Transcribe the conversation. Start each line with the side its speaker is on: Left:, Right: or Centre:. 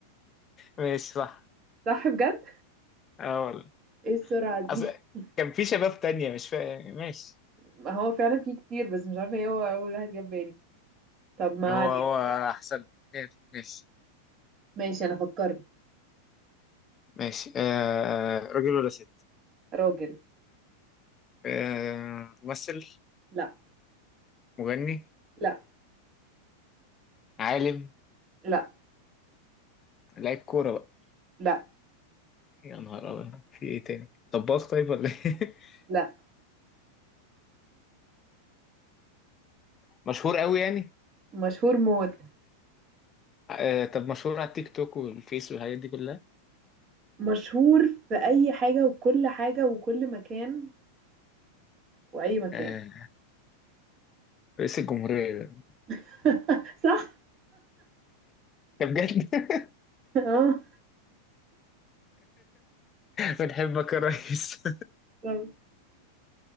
Left: ماشي صح
Right: صح بجد
Left: اه والله
Right: ايه السرعة دي
Left: أصل
Right: <laughs>
Left: كان في شباب تانية مش فاهم ماشي
Right: ما هو فعلا فيه كتير بس مش عارفة ايه هو أول واحد جاب بالي طب ما
Left: هو
Right: علينا
Left: هو احسن ماشي ماشي
Right: ماشي انا فكرت
Left: ماشي آه راجل ولا ست
Right: راجل
Left: آه ممثل
Right: لا
Left: مغني
Right: لا
Left: عالم
Right: لا
Left: لعيب كورة بقى
Right: لا
Left: يا نهار أبيض في ايه تاني طباخ طيب ولا ايه <laughs>
Right: لا
Left: مشهور قوي يعني
Right: مشهور موت
Left: آه طب مشهور على التيك توك والفيس والحاجات دي كلها
Right: مشهور في اي حاجة وكل حاجة وكل مكان واي مكان
Left: آه رئيس الجمهورية ده <laughs>
Right: <laughs> صح
Left: ده بجد <laughs>
Right: اه
Left: بنحبك يا ريس
Right: طب